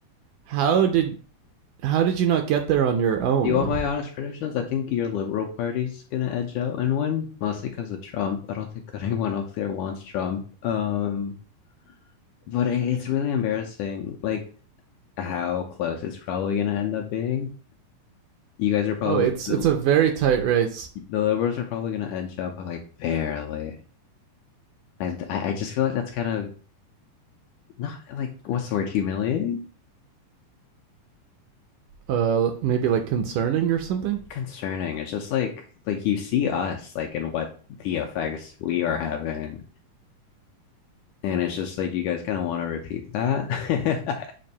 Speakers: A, on the right; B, on the left.
A: "How did how did you not get there on your own?"
B: do you want my honest predictions? I think your Liberal Party's gonna edge out and win, mostly because of Trump. I don't think <laughs> anyone up there wants Trump. Um But it- it's really embarrassing, like how close it's probably gonna end up being. You guys are probably
A: Oh, it's
B: the
A: it's a very tight race.
B: the liberals are probably gonna edge up like barely, and I, I just feel like that's kind of not like what's the word humiliating,
A: Uh, maybe like concerning or something.
B: concerning. It's just like like you see us like and what the effects we are having, and it's just like you guys kind of want to repeat that. <laughs>